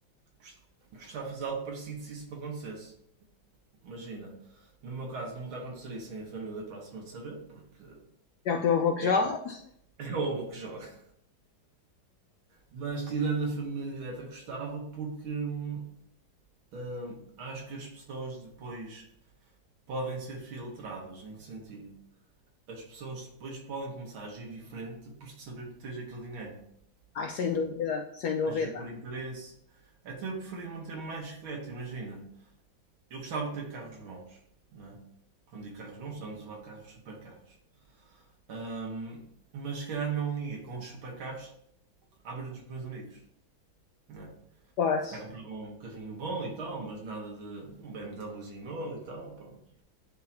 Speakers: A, on the right; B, on the left.
A: gost- gostava de fazer algo parecido se isso me acontecesse. Imagina, no meu caso nunca aconteceria sem a família próxima de saber, porque
B: É o teu avô que
A: é,
B: joga?
A: <laughs> é o avô que joga. Mas tirando a família direta, gostava porque hum, hum, acho que as pessoas depois podem ser filtradas. Em que sentido? As pessoas depois podem começar a agir diferente por saber que tens aquele dinheiro,
B: Ai, sem
A: percebes?
B: dúvida, sem dúvida.
A: Agir por interesse. Então eu preferia manter-me mais secreto, imagina. eu gostava de ter carros bons, não é? Quando digo carros bons, são a levar carros supercarros. Ahm, mas se calhar não ia com os supercarros à beira dos meus amigos, não é?
B: Pois.
A: Se calhar comprava um carrinho bom e tal, mas nada de um BMWzinho novo e tal, pronto.